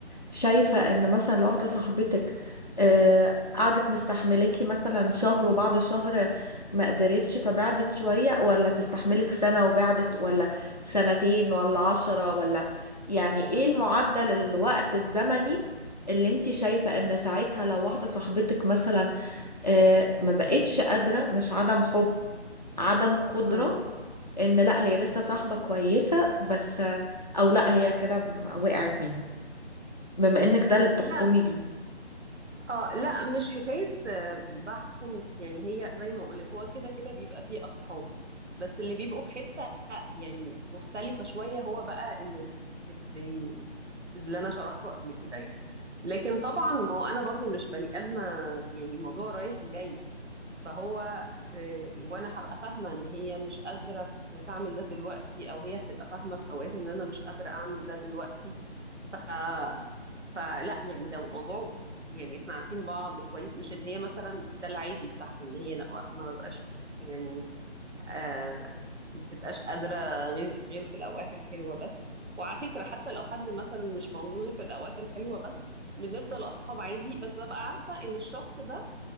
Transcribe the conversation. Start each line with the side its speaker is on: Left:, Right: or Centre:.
Left: شايفة ان مثلا لو واحدة صاحبتك آه، قعدت مستحملاكي مثلا شهر وبعد شهر ما قدرتش فبعدت شوية ولا تستحملك سنة وبعدت ولا سنتين ولا عشرة ولا يعني ايه المعدل الوقت الزمني اللي انت شايفة ان ساعتها لو واحدة صاحبتك مثلا آه، ما بقتش قادرة مش عدم حب عدم قدرة
Right: امم
Left: ان لا هي لسه صاحبة كويسة بس او لا هي كده وقعت مني بما انك ده اللي بتحكمي
Right: لا
Left: بيه
Right: اه لا مش حكاية آه، بحكم يعني هي زي ما اقولك هو كده كده بيبقى فيه اصحاب بس اللي بيبقوا في حتة يعني مختلفة شوية هو بقى اللي بت... بي... اللي انا شرحته قبل كده يعني لكن طبعا ما هو انا برضو مش بني ادمة يعني الموضوع رايح جاي فهو آه، وانا هبقى فاهمة ان هي مش قادرة تعمل ده دلوقتي او هي هتبقى فاهمة في اوقات ان انا مش قادرة اعمل ده دلوقتي آه، فلا يعني لو الموضوع يعني احنا عارفين بعض كويس مش اللي هي مثلا ده العادي بتاعها ان هي لا ما ببقاش يعني آه ما بتبقاش قادرة غير غير في الأوقات الحلوة بس وعلى فكرة حتى لو حد مثلا مش موجود غير في الأوقات الحلوة بس بنفضل أصحاب عادي بس ببقى عارفة إن الشخص ده